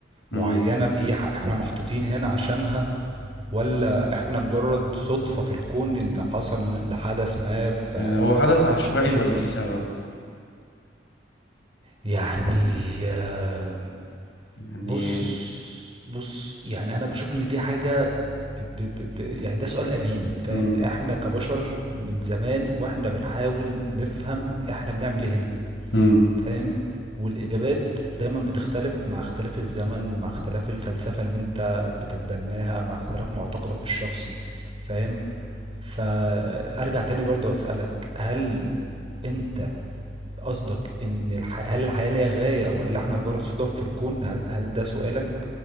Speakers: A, on the left (about 90°); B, on the right (about 30°).
A: مم.
B: معينة في ح- احنا محطوطين هنا عشانها ولا احنا مجرد صدفة في الكون ان حصل حدث ما ف
A: يعني هو حدث عشوائي
B: بس-
A: ولا في سبب
B: يعني آه،
A: يعني
B: بص بص يعني انا بشوف ان دي حاجة ب ب ب ب يعني ده سؤال قديم فاهم
A: مم.
B: احنا كبشر من زمان واحنا بنحاول نفهم احنا بنعمل ايه هنا
A: مم.
B: فاهم؟ والإجابات دايما بتختلف مع اختلاف الزمن مع اختلاف الفلسفة اللي انت بتتبناها مع اختلاف معتقدك الشخصي فاهم فأرجع تاني برضو أسألك هل انت قصدك ان الح... هل الحياة ليها غاية ولا احنا مجرد صدف في الكون هل, هل ده سؤالك؟